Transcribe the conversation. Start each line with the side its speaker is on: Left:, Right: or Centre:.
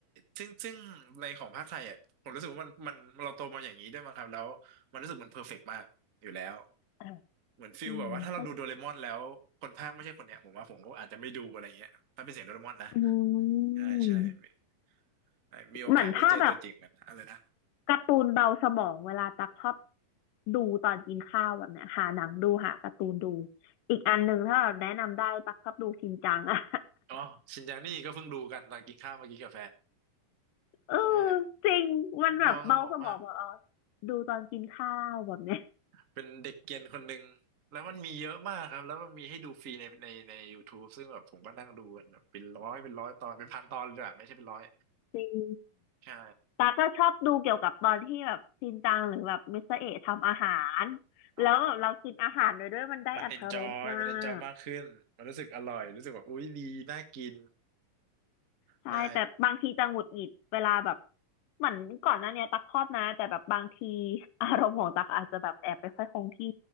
Right: ซึ่งซึ่งในของภาคไทยอ่ะผมรู้สึกว่ามันมันเราโตมาอย่างนี้ด้วยมั้งครับแล้วมันรู้สึกมันเพอร์เฟกต์มากอยู่แล้ว
Left: อ่ะ
Right: เหมือนฟิลแบบว่าถ้าเราดูโดเรมอนแล้วคนภาคไม่ใช่คนเนี้ยผมว่าผมก็อาจจะไม่ดูอะไรเงี้ยถ้าเป็นเสียงโดเรมอนนะ
Left: อืมเข้าอืม
Right: ใช่ใช่มีมีโอกาสได้เจอตัวจริงกันอะไรนะ
Left: เหมือนถ้าแบบการ์ตูนเบาสมองเวลาตักชอบดูตอนกินข้าวแบบเนี้ยหาหนังดูหาการ์ตูนดูอีกอันหนึ่งถ้าแบบแนะนำได้ตักชอบดูชินจังอะ
Right: อ๋อชินจานี่ก็เพิ่งดูกันตอนกินข้าวเมื่อกี้กับแฟน
Left: <laughs> เออ
Right: ใช่
Left: จริงมันแบบเบาสมองแบบอ๋อ
Right: มันเบาสมองมาก
Left: ดูตอนกินข้าวแบบเนี้ย
Right: เป็นเด็กเกรียนคนหนึ่งแล้วมันมีเยอะมากครับแล้วมันมีให้ดูฟรีในในใน YouTube ซึ่งแบบผมก็นั่งดูกันแบบเป็นร้อยเป็นร้อยตอนเป็นพันตอนเลยอะไม่ใช่เป็นร้อย
Left: จริง
Right: ใช่
Left: ตาก็ชอบดูเกี่ยวกับตอนที่แบบชินจังหรือแบบมิสเตอร์เอะทำอาหาร
Right: อ๋อ
Left: แล้วแบบเรากินอาหารไปด้วยมันได้อรรถรสมาก
Right: มันเอนจอยมันเอนจอยมากขึ้นมันรู้สึกอร่อยรู้สึกแบบอุ๊ยดีน่ากิน
Left: ใช่แต่บางทีจะหงุดหงิดเวลาแบบ
Right: ได้
Left: เหมือนก่อนหน้าเนี้ยตักชอบนะแต่แบบบางทีอารมณ์ของตักอาจจะแบบแอบไปค่อยคงที่